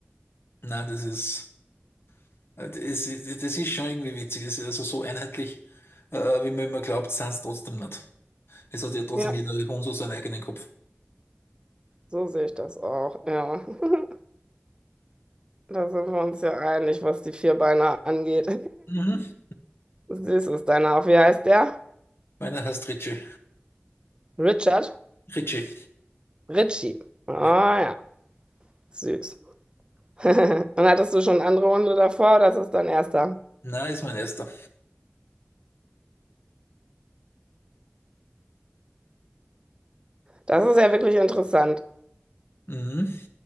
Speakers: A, on the left; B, on the right.
A: nein, das ist, äh, das ist, das ist schon irgendwie witzig. Das ist also so einheitlich, äh, wie man immer glaubt, sind es trotzdem nicht. Es hat ja trotzdem
B: Ja,
A: jeder Hund so seinen eigenen Kopf.
B: so sehe ich das auch, ja. <laughs> Da sind wir uns ja einig, was die Vierbeiner angeht.
A: Mhm.
B: <laughs> Süß ist deiner auch, wie heißt der?
A: Meiner heißt Richie.
B: Richard?
A: Ritchie.
B: Richie. Ah,
A: Ja.
B: ja. Süß. <laughs> Und hattest du schon andere Hunde davor oder ist es dein erster?
A: Na, ist mein erster.
B: Das ist ja wirklich interessant.
A: Mhm.